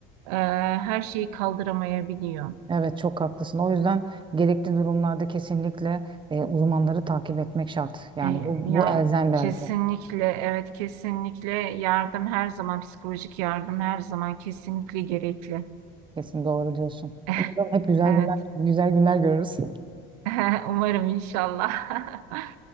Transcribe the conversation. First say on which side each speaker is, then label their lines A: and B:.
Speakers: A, on the right; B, on the right.
A: e, her şeyi kaldıramayabiliyor.
B: Evet, çok haklısın. O yüzden gerekli durumlarda kesinlikle e, uzmanları takip etmek şart. Yani
A: E,
B: bu bu
A: ya
B: elzem bir
A: kesinlikle
B: hareket.
A: evet kesinlikle yardım her zaman psikolojik yardım her zaman kesinlikle gerekli.
B: Kesin doğru diyorsun.
A: <laughs>
B: Umarım hep güzel
A: Evet.
B: günler güzel günler görürüz.
A: <laughs> Umarım inşallah. <laughs>